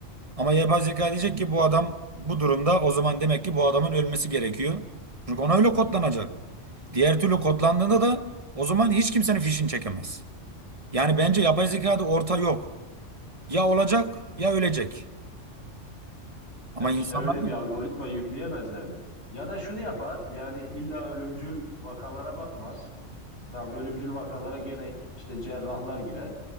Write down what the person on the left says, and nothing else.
Ya
işte
öyle
bir algoritma yükleyemezler mi? Ya da şunu yapar yani illa ölümcül vakalara bakmaz. Tamam ölümcül vakalara gene işte cerrahlar girer.